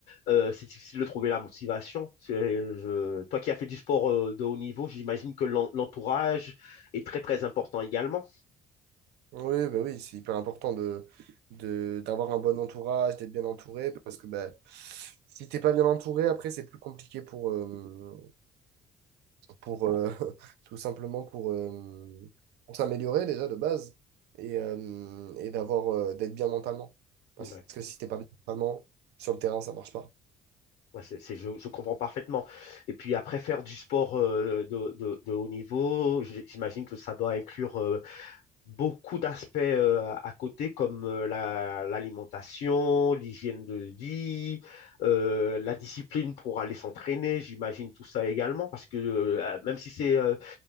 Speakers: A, on the left; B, on the right.
A: euh, c'est difficile de trouver la motivation. C'est- je- Toi qui as fait du sport euh, de haut niveau, j'imagine que l'en- l'entourage est très très important également.
B: Oui, bah oui, c'est hyper important de, de, d'avoir un bon entourage, d'être bien entouré, parce que bah, si t'es pas bien entouré, après, c'est plus compliqué pour, euh, pour euh, <laughs> tout simplement pour, euh, pour s'améliorer déjà de base et, euh, et d'avoir, euh, d'être bien mentalement. Parce
A: D'accord.
B: que si t'es pas bien mentalement, sur le terrain, ça marche pas.
A: Ouais, c'est, c'est- je, je comprends parfaitement. Et puis après, faire du sport euh, de, de- de haut niveau, j- j'imagine que ça doit inclure euh, beaucoup d'aspects euh, à côté comme euh, la- l'alimentation, l'hygiène de vie, euh, la discipline pour aller s'entraîner, j'imagine tout ça également parce que euh, même si c'est euh,